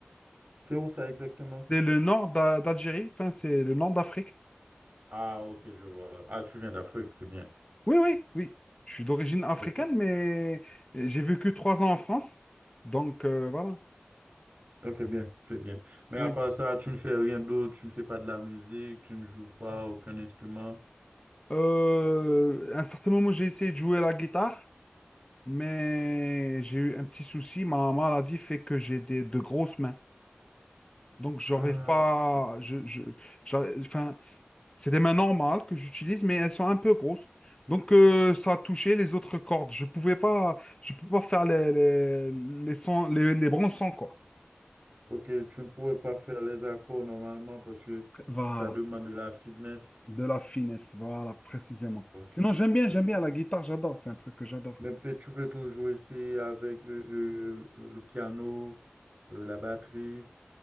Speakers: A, on the right; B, on the left.
A: C'est où ça exactement?
B: C'est le nord d'A- d'Algérie, enfin, c'est le nord d'Afrique.
A: Ah, ok, je vois. Ah, tu viens d'Afrique, c'est bien.
B: Oui, oui, oui. Je suis d'origine africaine,
A: Ok.
B: mais j'ai vécu trois ans en France. Donc euh, voilà.
A: Ok, bien, c'est bien. Mais
B: Oui.
A: à part ça, tu ne fais rien d'autre, tu ne fais pas de la musique, tu ne joues pas aucun instrument.
B: Euh, à un certain moment, j'ai essayé de jouer à la guitare, mais j'ai eu un petit souci. Ma maladie fait que j'ai des, de grosses mains. Donc, j'arrive
A: Ah,
B: pas.
A: ok.
B: Je, je, j'arrive- enfin, c'est des mains normales que j'utilise, mais elles sont un peu grosses. Donc, euh, ça a touché les autres cordes. Je pouvais pas, je peux pas faire les, les, les sons, les, les bons sons, quoi.
A: Ok, tu ne pourrais pas faire les accords normalement parce que
B: Voilà,
A: ça demande de la fitness.
B: de la finesse, voilà, précisément.
A: Ok.
B: Sinon, j'aime bien, j'aime
A: je vois.
B: bien la guitare, j'adore, c'est un truc que j'adore.
A: Mais peut tu peux toujours essayer avec euh, euh, le piano, euh, la batterie.